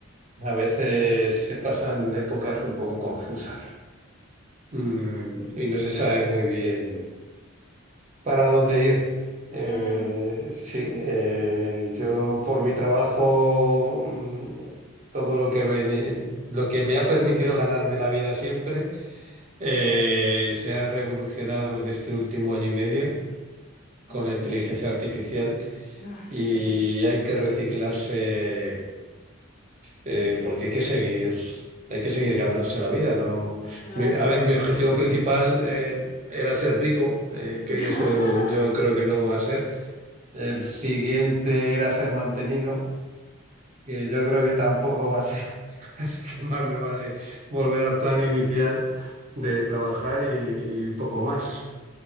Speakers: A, on the right (about 35°); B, on the left (about 40°).
A: a veces se pasan épocas un poco confusas Mm, y no se sabe muy bien para dónde ir. Eh,
B: Mm,
A: sí, eh, yo
B: sí.
A: por mi trabajo, mm, todo lo que, ven- lo que me ha permitido ganarme la vida siempre. Eh, se ha revolucionado en este último año y medio con
B: ujú.
A: la inteligencia artificial
B: Ah,
A: y
B: sí,
A: hay que reciclarse eh, porque hay que seguir, hay que seguir ganándose la vida, ¿no?
B: claro.
A: Mi- a ver, mi objetivo principal eh, era ser rico, eh, que
B: <laughs>
A: eso yo creo que no va a ser. El siguiente era ser mantenido, que yo creo que tampoco va a ser. <laughs> Así que más me vale volver al plan inicial de trabajar y y poco más.